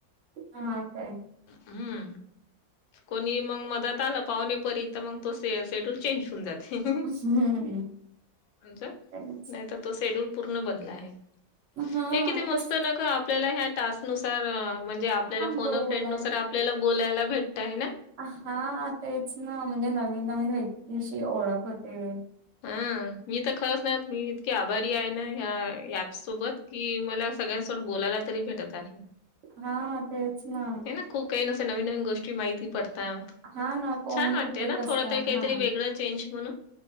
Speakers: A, on the right (about 50°); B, on the left (about 85°).
A: हा काय
B: हम्म. कोणी मग मदत आलं पाहणेपरी तर मग तो स शेड्यूल चेंज होऊन जात म्हणज
A: हम्म तेच
B: नाही तर तो शेड्यल पूर्ण बनला आहे
A: हा
B: किती मस्त
A: तस
B: न आपल्याला ह टास् नुसार म्हणजे आपल्याला
A: हा
B: फोन
A: बोलाय
B: फ्रेंड नुसार आपल्याला बोलायला भेटतय ना
A: हा तेच ना म्हणजे नवीन नवीन व्यक्तीशी ओळख होते
B: हं मी तर खरंच ना मी इतके आभारी आहे ना ह्या ऍप्स सोबत कि मला सगळ्यांसोड बोलायला तरी भेटत आहे.
A: हा तेच ना.
B: ह ना खूप काही नस नवीन नवीन गोष्टी माहिती पडता.
A: हा ना कोण
B: छान
A: कुठे
B: वाटतय ना
A: कसं
B: थोडा त काहीतरी
A: हा
B: वेगळं चेंज म्हणून